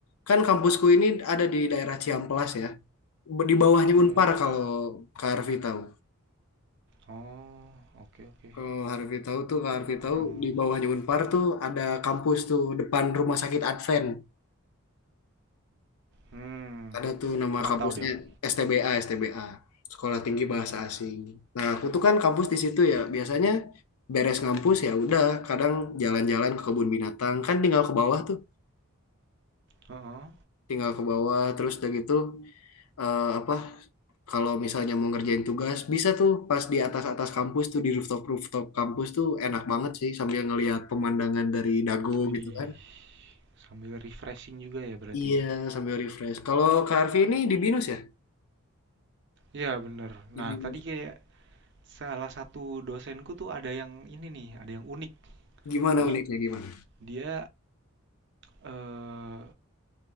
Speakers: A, on the left; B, on the right.
A: kan kampusku ini ada di daerah Ciamplas ya. Di bawahnya
B: Mhm.
A: Unpar kalau Kak Harfi tahu.
B: Oh, oke oke.
A: Kalau Harfi tahu tuh Kak Harfi
B: Kurang
A: tahu di bawahnya Unpar tuh ada kampus tuh depan Rumah Sakit Advent.
B: hmm
A: Ada tuh nama
B: kurang
A: kampusnya
B: tahu deh aku.
A: STBA, STBA. Sekolah Tinggi Bahasa Asing. Nah, aku tuh kan kampus di situ ya. Biasanya beres ngampus ya udah kadang jalan-jalan ke kebun binatang kan tinggal ke bawah tuh
B: Heeh.
A: tinggal ke bawah terus udah gitu eh, apa kalau misalnya mau ngerjain tugas bisa tuh pas di atas-atas kampus tuh di rooftop-rooftop kampus tuh enak banget sih sambil ngelihat pemandangan dari dago
B: Widih,
A: gitu kan.
B: sambil refreshing juga ya berarti
A: Iya,
B: ya?
A: sambil refresh. Kalau Kak Arfi ini di Binus ya?
B: Iya bener.
A: Di
B: Nah
A: Binus.
B: tadi kayak salah satu dosenku tuh ada yang ini nih, ada yang unik.
A: Gimana
B: Jadi
A: uniknya gimana?
B: dia, eee,